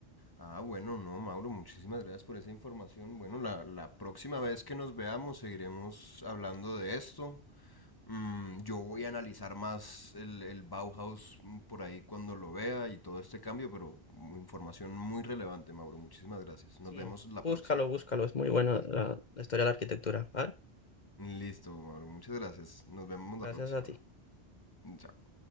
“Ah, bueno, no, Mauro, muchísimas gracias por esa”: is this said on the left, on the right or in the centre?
Left